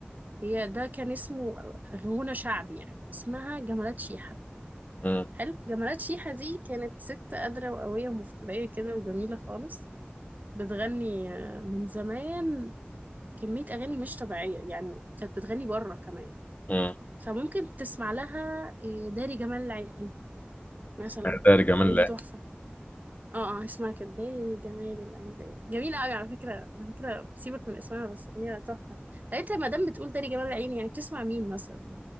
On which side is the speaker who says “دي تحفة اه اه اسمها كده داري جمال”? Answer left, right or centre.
Right